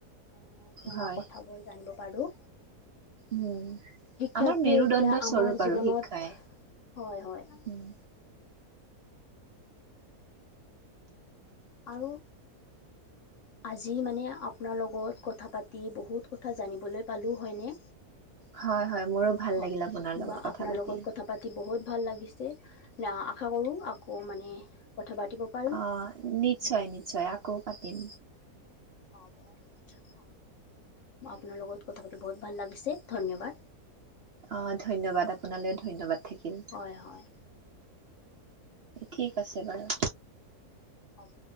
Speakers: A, on the left; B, on the right.
A: মানে নজনা
B: হয়
A: কথাবোৰ জানিব পাৰোঁ।
B: উম
A: শিক্ষাটো
B: আমাৰ মেৰুদণ্ড
A: এতিয়া আমাৰ
B: স্বৰূপ আৰু
A: জীৱনত
B: শিক্ষাই
A: হয় হয়।
B: উম।
A: আৰু আজি মানে আপোনাৰ লগত কথা পাতি বহুত কথা জানিবলৈ পালোঁ হয়নে?
B: হয় হয় মোৰো ভাল
A: হয়
B: লাগিল আপোনাৰ লগত কথা
A: আপোনাৰ
B: পাতি।
A: লগত কথা পাতি বহুত ভাল লাগিছে লা আশা কৰো আকৌ মানে কথা পাতিব পাৰিম
B: আহ নিশ্চয়
A: দে
B: - নিশ্চয় আকৌ পাতিম।
A: হ'ব, হয়, মই আপোনাৰ লগত কথা পাতি বহুত ভাল লাগিছে ধন্যবাদ।
B: অহ ধন্যবাদ, আপোনালৈ ধন্যবাদ থাকিল।
A: হয় হয়
B: ঠিক আছে বাৰু।
A: হ'ব।